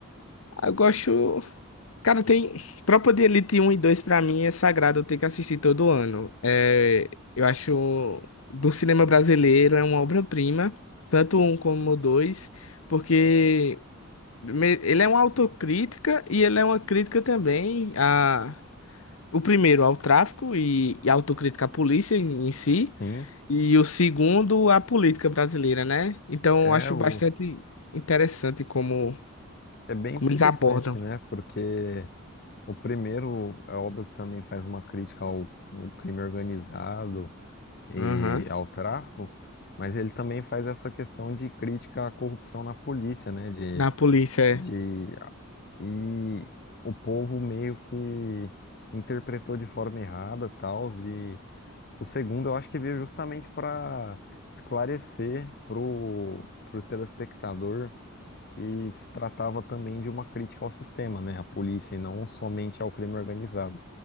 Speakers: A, on the left; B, on the left.
A: Ah, Eu gosto. Cara, tem. Tropa de Elite um e dois pra mim é sagrado, eu tenho que assistir todo ano. É... Eu acho. Do cinema brasileiro é uma obra-prima, tanto um como o dois, porque me- ele é uma autocrítica e ele é uma crítica também a O primeiro ao tráfico e, e autocrítica à polícia em, em si,
B: Sim,
A: e o segundo à política brasileira, né? Então,
B: é
A: eu acho
B: o...
A: bastante interessante como,
B: É bem
A: como
B: interessante,
A: eles abordam.
B: né? Porque o primeiro é óbvio que também faz uma crítica ao, ao crime organizado e
A: Aham.
B: ao tráfico, mas ele também faz essa questão de crítica à corrupção na polícia, né? De,
A: Na polícia,
B: de,
A: é,
B: e o povo meio que interpretou de forma errada, tal, e o segundo eu acho que veio justamente para esclarecer pro, pro telespectador que se tratava também de uma crítica ao sistema, né? À polícia e não somente ao crime organizado.